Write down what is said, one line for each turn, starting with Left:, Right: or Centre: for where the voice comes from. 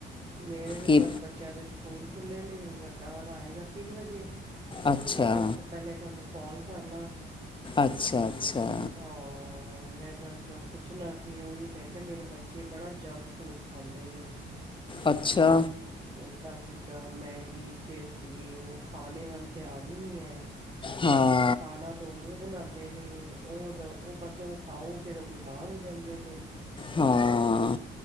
Right: ਮੇਰੇ ਵੀ
Left: ਕੀ
Right: ਬਸ ਬੱਚਿਆਂ ਦੇ ਸਕੂਲ ਖੁੱਲ੍ਹੇ ਨੇ ਵੱਡਾ ਵਾਲਾ ਆਏਗਾ ਤਿੰਨ ਵਜੇ
Left: ਅੱਛਾ
Right: ਮੈਂ ਕਿਆ ਉਸ ਤੋਂ ਪਹਿਲੇ ਤੁਹਾਨੂੰ ਕੋਲ ਕਰ ਲਾਂ।
Left: ਅੱਛਾ ਅੱਛਾ।
Right: ਹਾਂ ਮੈਂ ਬਸ ਪੁੱਛਣਾ ਸੀ ਉਹੀ ਮੈਂ ਕਿਹਾ ਮੇਰੇ ਬੱਚੇ ਬੜਾ ਜੰਕ ਫੂਡ ਖਾਂਦੇ ਨੇ।
Left: ਅੱਛਾ
Right: ਉਲਟਾ ਸਿੱਧਾ, ਮੈਗੀ ਚਿਪਸ ਯ-ਵੋ ਖਾਣੇ ਵੱਲ ਧਿਆਨ ਈ ਨਈ ਐ। <inaudible>
Left: ਹਾਂ
Right: ਖਾਣਾ ਦੋ ਮੂੰਹ ਬਣਾਉਂਦੇ ਨੇ ਉਹ ਦ ਉਹ ਬਸੋ ਖਾਓ ਫਿਰ ਉਹ ਬਿਮਾਰ ਹੋ ਜਾਂਦੇ ਨੇ
Left: ਹਾਂ